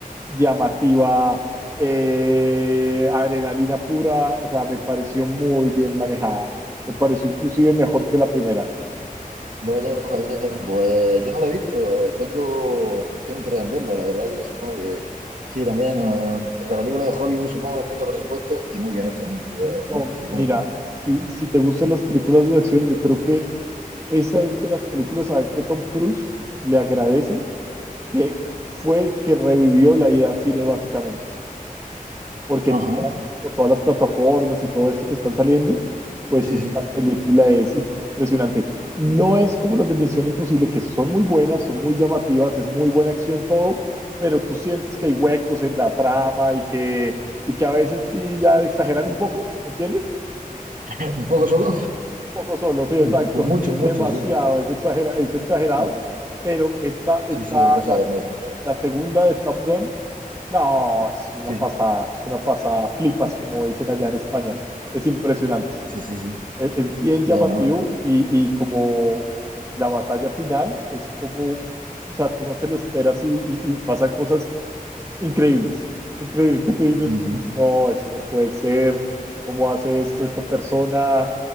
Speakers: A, on the right (about 20°); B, on the right (about 65°).
A: llamativa, eh, adrenalina pura, o sea, me pareció muy bien manejada. Me pareció inclusive mejor que la primera.
B: Vaya, vaya, pues yo no la he visto, tengo, tengo interés en verla, la verdad que supongo Sí, también eh, otra película de Hollywood, supongo, con mucho presupuesto y muy bien hecha, muy cuidada,
A: No,
B: ¿no? Supongo.
A: mira, si, si te gustan las películas de acción, yo creo que esa es de las películas a este Tom Cruise, le agradecen que fue el que revivió la idea al cine básicamente. porque
B: Ajá,
A: tú sabes, como todas las plataformas y todo esto que están saliendo, pues
B: sí,
A: esta
B: sí.
A: película es impresionante. No es como las de Misión Imposible, que son muy buenas, son muy llamativas, es muy buena acción todo, pero tú sientes que hay huecos en la trama y que, y que a veces sí ya exageran un poco, ¿entiendes?
B: <laughs> Un poco solo,
A: Un poco solo, sí, exacto,
B: un mucho,
A: <laughs>
B: mucho,
A: demasiado,
B: sí.
A: es, exagera- es exagerado,
B: Sí,
A: pero esta, esta
B: sí, sí, hay cosas
A: la,
B: muy desesperadas.
A: la segunda de Top Gun no, es una
B: Sí,
A: pasada, es una pasada, flipas, como dicen allá en España. Es impresionante,
B: sí, sí, sí.
A: es, es bien
B: Nada,
A: llamativo
B: nada.
A: y, y como la batalla final es como, o sea, tú no te lo esperas y, y- y pasan cosas increíbles, increíbles que tú dices,
B: Ujú,
A: no, eso no puede ser, cómo hace esto esta persona